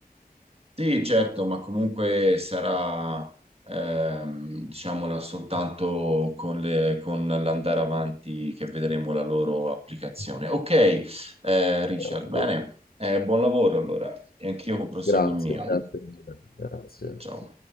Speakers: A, on the right; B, on the left.
A: Sì, certo, ma comunque sarà, ehm, diciamola, soltanto con le- con l'andare avanti che vedremo la loro applicazione. Ok, eh, Richard,
B: Ecco.
A: bene, Eh, buon lavoro allora, e anch'io proseguo
B: Grazie,
A: il mio.
B: grazie, mille, grazie.
A: Ciao.